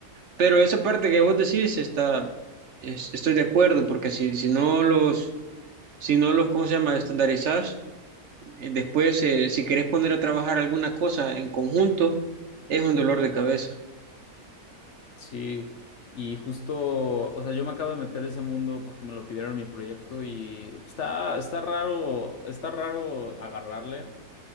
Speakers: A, on the right; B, on the left.
A: Pero esa parte que vos decís está, es- estoy de acuerdo, porque si, si no los, si no los, ¿cómo se llama? Estandarizás, eh, después eh, si querés poner a trabajar alguna cosa en conjunto, es un dolor de cabeza.
B: Sí. Y justo, o sea, yo me acabo de meter a ese mundo porque me lo pidieron en mi proyecto y está, está raro, está raro agarrarle,